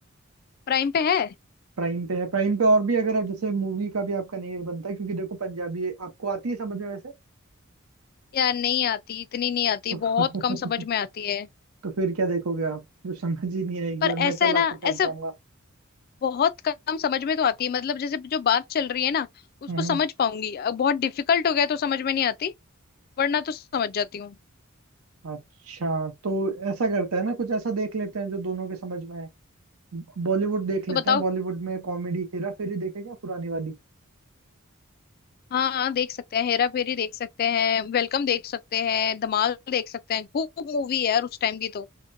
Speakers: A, on the left; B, on the right.
A: प्राइम पे है
B: प्राइम पे है प्राइम पे और भी अगर आप जैसे मूवी का भी आपका नहीं बनता है, क्योंकि देखो पंजाबी है, आपको आती है समझ में वैसे
A: यार नहीं आती इतनी नहीं आती
B: तो <laughs>
A: बहुत कम समझ में आती है
B: तो फिर क्या देखोगे आप जो समझ ही नहीं आएगी
A: पर
B: और मैं
A: ऐसा
B: चला
A: है ना
B: के बैठ
A: ऐसा
B: जाऊंगा
A: बहुत कम समझ में तो आती है मतलब जैसे जो बात चल रही है ना उसको
B: हम्म
A: समझ पाऊंगी अब बहुत डिफिकल्ट हो गया तो समझ में नहीं आती वरना तो समझ जाती हूँ
B: अच्छा तो ऐसा करते हैं ना कुछ ऐसा देख लेते हैं जो दोनों के समझ में है बॉलीवुड देख लेते
A: तो बताओ
B: हैं बॉलीवुड में कॉमेडी हेरा फेरी देखे क्या पुरानी वाली
A: हाँ हाँ देख सकते हैं हेरा फेरी देख सकते हैं वेलकम देख सकते हैं धमाल देख सकते हैं खूब मूवी है यार उस टाइम की तो